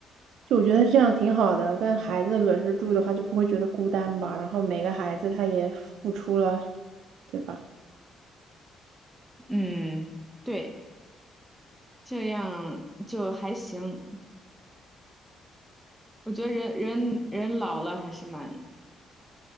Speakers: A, on the right; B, in the centre.
A: 就我觉得这样挺好的，跟孩子轮着住的话，就不会觉得孤单吧。然后每个孩子他也付出了，对吧？
B: 嗯，对，这样就还行。我觉得人人人老了还是蛮